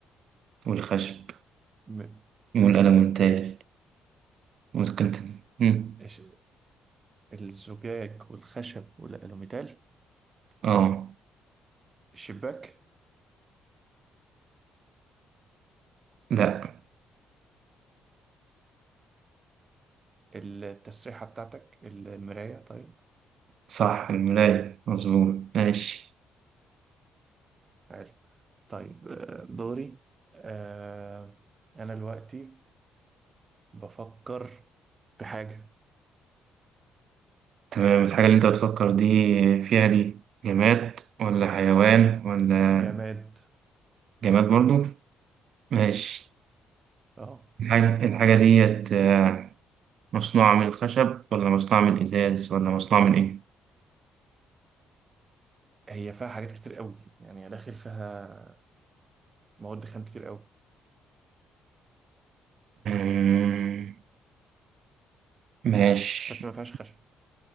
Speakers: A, on the right; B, on the right.
A: والخشب
B: م-
A: والألمنتال ممكن تن- مم.
B: إيش- الزجاج والخشب والألوميتال
A: اه
B: الشباك
A: لا
B: التسريحة بتاعتك المراية طيب
A: صح الملاية مظبوط ماشي
B: حلو طيب آه، دوري آه، أنا دلوقتي بفكر في حاجة
A: تمام الحاجة اللي انت بتفكر دي فيها دي جماد ولا حيوان ولا
B: جماد
A: جماد برضو ماشي
B: اه
A: الحاجة الحاجة ديت آه، مصنوعة من الخشب ولا مصنوعة من الإزاز ولا مصنوعة من إيه؟
B: هي فيها حاجات كتير قوي يعني داخل فيها مواد خام كتير قوي
A: آه، ماشي
B: بس ما فيهاش خشب